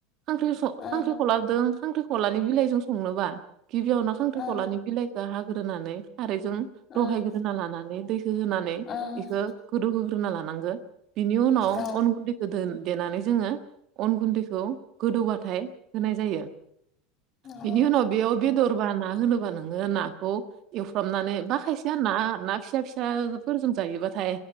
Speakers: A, on the right; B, on the left.
A: खख्रि
B: ओम
A: खांख्रिखलाजों खांख्रि खलानि बिलाइजों संनोबा गिबियावनो खांख्रिख'लानि
B: ओम
A: बिलाइखौ हाग्रोनानै खारैजों
B: ओम
A: रहायग्रोना लानानै दैखौ होनानै
B: ओम
A: बेखौ गोदौहोग्रोना लानांगो। बिनि उनाव
B: औ
A: अन गुन्दैखोन देनानै जोङो अन गुन्दैखौ गोदौबाथाय होनाय जायो
B: नंगौ
A: बेनि उनाव बेयाव बेदरबा ना होनोबा नोङो नाखौ एवफ्रामनानै बा खायसेयाना ना फिसा फिसाफोरजों जायोबाथाय